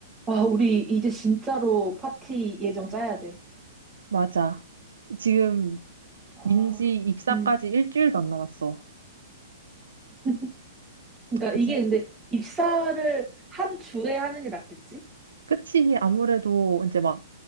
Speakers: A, on the right (about 20°); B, on the right (about 75°).
A: 아, 우리 이제 진짜로 파티 예정 짜야 돼.
B: 맞아. 지금
A: 아,
B: 민지 입사까지
A: 음.
B: 일주일도 안 남았어.
A: <laughs> 그러니까
B: 어떡하지?
A: 이게 근데 입사를 한 주에 하는 게 낫겠지?
B: 끝이 아무래도 이제 막